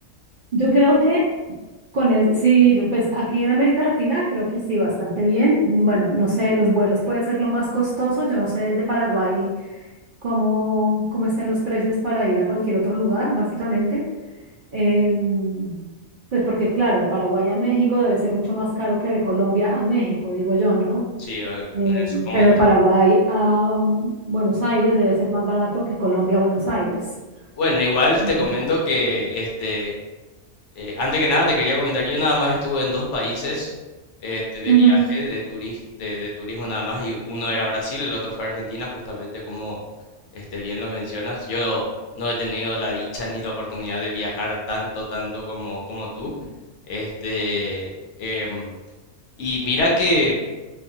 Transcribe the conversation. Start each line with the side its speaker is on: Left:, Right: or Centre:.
Right: Yo creo que con eso, sí, yo pues aquí en América Latina creo que sí, bastante bien. Mm, Bueno, no sé, los vuelos puede ser lo más costoso. Yo no sé desde Paraguay cómo, cómo estén los precios para ir a cualquier otro lugar, básicamente. Em, pues porque, claro, de Paraguay a México debe ser mucho más caro que de Colombia a México, digo yo, ¿no?
Left: Sí, eh,
Right: Em,
Left: supongo
Right: pero
Left: que
Right: de Paraguay
Left: sí.
Right: a mm, Buenos Aires debe ser más barato que Colombia a Buenos Aires.
Left: Bueno, igual
Right: Em,
Left: te comento que este, Eh, antes que nada, te quería comentar, yo nada más estuve en dos países este, de
Right: ujú,
Left: viaje, de, turis- de, de turismo nada más, y uno era Brasil, el otro fue Argentina, justamente como este, bien lo mencionas. Yo no he tenido la dicha ni la oportunidad de viajar tanto, tanto como, como tú. Este, em, y mira que